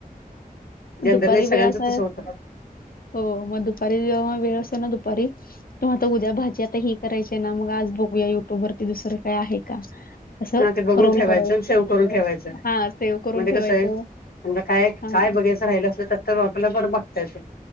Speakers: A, on the left (about 85°); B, on the left (about 75°).
A: जनरली
B: दुपारी
A: सगळ्यांचं
B: वेळ असा
A: तसं होतं
B: हो मग दुपारी जेव्हा वेळ असतो ना दुपारी तर आता उद्या भाजी आता ही करायची ना, मग आज बघूया युट्यूबवरती दुसरी का आहे का? असं
A: हा ते बघून
B: रोल
A: ठेवायचं
B: करत
A: आणि सेव्ह करून ठेवायचं
B: हा सेव करून
A: म्हणजे
B: ठेवायचं.
A: कसं आहे समजा काय
B: हां.
A: काय बघायचं राहिल असल, तर आपल युटुबवर बघता येतय.